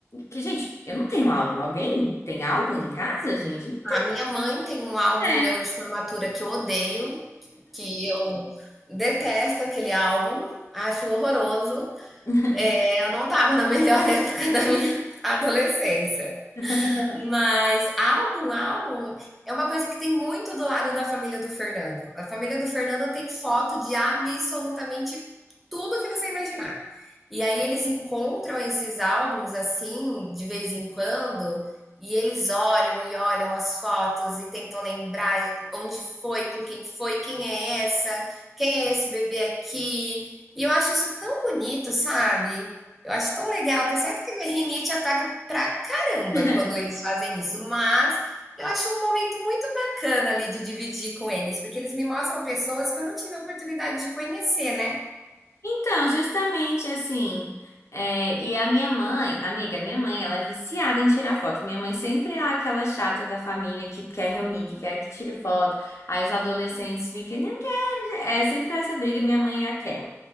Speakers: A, on the left; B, in the centre.
A: que, gente, eu não tenho álbum. Alguém tem álbum em casa, gente? Não
B: A minha mãe tem um álbum
A: tem,
B: meu de formatura que eu odeio, que eu detesto aquele álbum, acho horroroso.
A: né?
B: É, Eu não estava na melhor <laughs> época da minha adolescência.
A: <laughs>
B: Mas álbum, álbum é uma coisa que tem muito do lado da família do Fernando. A família do Fernando tem foto de absolutamente tudo que você imaginar. E aí eles encontram esses álbuns assim, de vez em quando, e eles olham e olham as fotos e tentam lembrar onde foi, com quem foi, quem é essa, quem é esse bebê aqui. E eu acho isso tão bonito, sabe? Eu acho tão legal, tenho certeza que a minha rinite ataca pra caramba
A: É.
B: quando eles fazem isso, mas eu acho um momento muito bacana ali de dividir com eles, porque eles me mostram pessoas que eu não tive a oportunidade de conhecer, né.
A: Então, justamente assim, é, e a minha mãe, amiga, minha mãe, ela é viciada em tirar foto. Minha mãe sempre é aquela chata da família que quer reunir, que quer que tire foto. Aí os adolescentes ficam, não quero. É sempre essa briga, minha mãe é aquela.